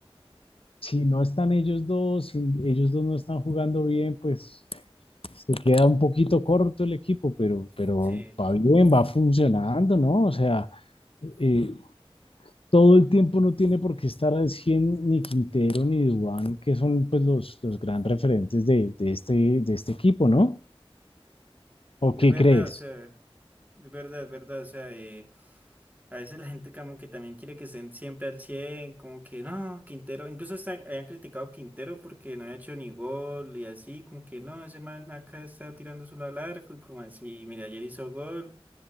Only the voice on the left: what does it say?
si no están ellos dos, si ellos dos no están jugando bien, pues se queda un poquito corto el equipo, pero, pero
va bien, va funcionando, ¿no? O sea, eh, todo el tiempo no tiene por qué estar al 100 ni Quintero ni Dubán, que son pues los, los gran referentes de, de este, de este equipo, ¿no? ¿O
qué
crees?